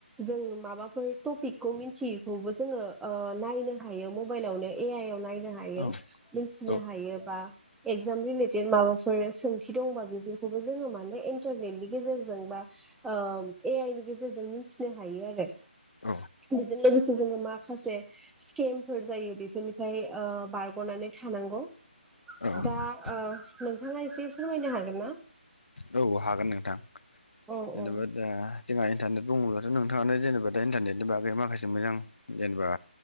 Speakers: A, in the centre; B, on the left.
A: जों माबाफोर टपिकखौ मिथियैखौबो जोङो ओ नायनो हायो। मबाइल आवनो ए आइ याव नायनो हायो
B: औ
A: मिनथिनो
B: औ
A: हायो बा इगजाम रिलेटेट माबा फोर सोंथि दंबा बेफोरखौबो जोङो माने इन्टारनेटनि गेजेरजों बा ओ ए आइ नि गेजेरजों मिथिनो हायो आरो
B: औ
A: बिजों लोगोसे जोङो माखासे स्केमफोर जायो बेफोरनिफ्राय ओ बारग'नानै थानांग'।
B: औ
A: दा ओ नोंथाङा एसे फोरमायनो हागोन ना?
B: औ हागोन नोंथां
A: औ
B: जेनेबा
A: औ
B: दा जोंहा इन्टारनेट बुङोब्लाथ' नोंथाङानो जेनेबा दा इन्टारनेटनि बागै माखासे मोजां जेनेबा